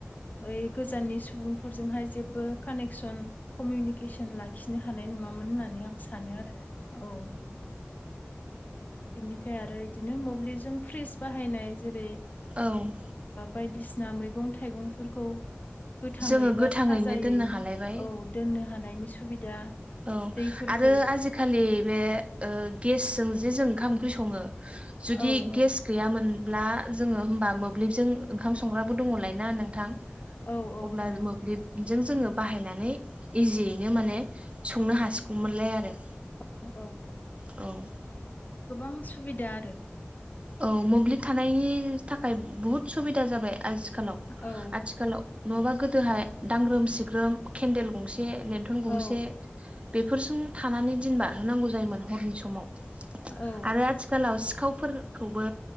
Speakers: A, on the left (about 40°); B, on the right (about 25°).
A: ओइ गोजाननि सुबुं फोरजोंहाय जेबो कानेक्सन कमिउनिकेसन लाखिनो हानाय नङामोन होननानै आं सानो आरो। औ बिनिफ्राय आरो इदिनो मोब्लिबजों फ्रिज बाहायनाय जेरै
B: औ
A: बायदिसिना मैगं थाइगंफोरखौ गोथाङै
B: जोङो
A: बा
B: गोथाङैनो
A: थाजायै
B: दोननो हालायबाय
A: औ दोननो हानायनि सुबिदा
B: औ
A: दैफोरखौ
B: आरो आजि खालि बे ओ गेसजों जे जों ओंखाम ओंख्रि सङो जुदि
A: औ औ
B: गेस गैयामोनब्ला जोङो होमबा मोब्लिबजों ओंखाम संग्राबो दङलायना नोंथां
A: औ औ
B: अब्ला
A: दङ
B: मो ब्लिबजों जोङो बाहायनानै इजियैनो माने संनो हासिगौमोनलाय आरो।
A: <inaudible> औ
B: औ
A: गोबां सुबिदा आरो
B: औ मोब्लिब थानायनि थाखाय बुहुद सुबिदा जाबाय आजिखालाव
A: औ
B: आथिखालाव नङाबा गोदोहाय दांग्रोम सिग्रोम केन्देल गंसे लेन टन गंसे
A: औ
B: बेफोरजोंनो थानानै दिन बारहोनांगौ जायोमोन हरनि समाव आरो
A: औ
B: आथिखालाव सिखावफोरखौबो